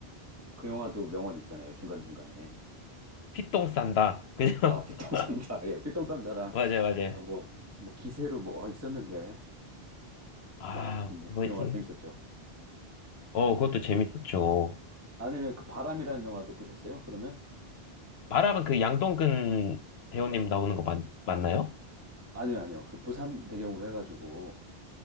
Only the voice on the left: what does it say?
피똥 싼다. 그죠?
<laughs>
맞아요, 맞아요.
아,
뭐였지?
어, 그것도 재밌었죠.
말하면 그 양동근 배우님 나오는 거 맞, 맞나요?